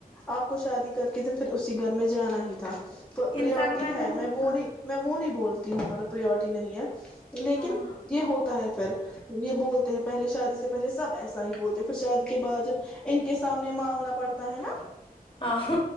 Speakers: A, in the centre; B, on the left.
A: آپ کو شادی کر کے تو پھر اسی گھر میں جانا ہی تھا پریورٹی
B: انفیکٹ نے
A: ہے میں وہ نہیں میں وہ نہیں بولتی ہوں مطلب پریورٹی نہیں ہے لیکن
B: ہاں
A: یہ ہوتا ہے پھر یہ بولتے ہیں پہلے شادی سے پہل سب ایسا ہی بولتے پھر شادی کے بعد جب ان کے سامنے مانگنا پڑتا ہے نا
B: ہاں